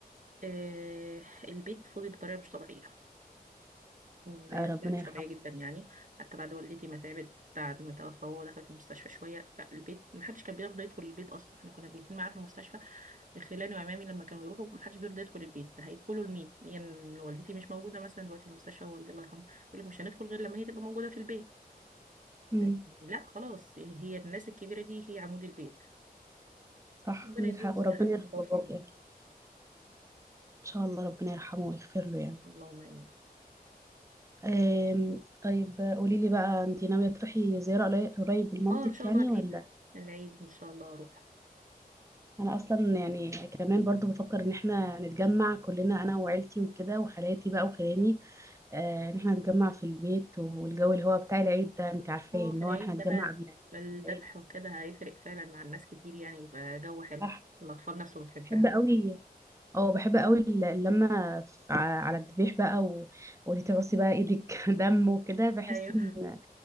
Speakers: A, on the right; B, on the right.
A: آه البيت فضي بطريقة مش طبيعية بطريقة
B: آه ربنا
A: مش
B: يرحمه
A: طبيعية جدا يعني حتى بعد والدتي ما تعبت بعد ما توفى وهو دخلت المستشفى شوية لا البيت محدش كان بيرضى يدخل البيت أصلا احنا كنا بيتين معاه في المستشفى خلاني وعمامي لما كانوا بيروحوا محدش بيرضى يدخل البيت ده هيدخلوا لمين؟ هي يعني والدتي مش موجودة مثلا دلوقتي في المستشفى والدي الله يرحمه يقول لك مش هندخل غير لما هي تبقى موجودة في البيت
B: امم
A: يعني لا خلاص هي الناس الكبيرة دي هي عمود البيت
B: صح
A: ربنا
B: عندك
A: يديهم
B: حق
A: صحة
B: وربنا
A: ويطول
B: يرحم باباكي
A: في عمرهم
B: ان شاء الله ربنا يرحمه ويغفر له يعني
A: اللهم آمين
B: آم، طيب قولي لي بقى انت ناوية تروحي زيارة قلي- قريب لمامتك
A: اه إن شاء
B: يعني
A: الله العيد
B: ولا
A: ده العيد إن شاء الله أروح
B: انا اصلا يعني كمان برضو بفكر ان احنا نتجمع كلنا انا وعيلتي وكده وخالاتي بقى وخلاني آه، ان احنا نتجمع في البيت والجو اللي هو بتاع العيد ده انت عارفاه
A: اه
B: ان
A: في العيد
B: هو احنا نتجمع
A: ده بقى
B: قبل
A: الذبح
B: العيد
A: وكده هيفرق فعلا مع الناس كتير يعني يبقى جو حلو
B: صح
A: الأطفال نفسه بتحبها
B: بحب قوي اه بحب قوي الل- اللمة ف- ع- على الذبيح بقى و- وليه تعوصي بقى ايدك <laughs> دم وكده بحس
A: أيوه
B: ان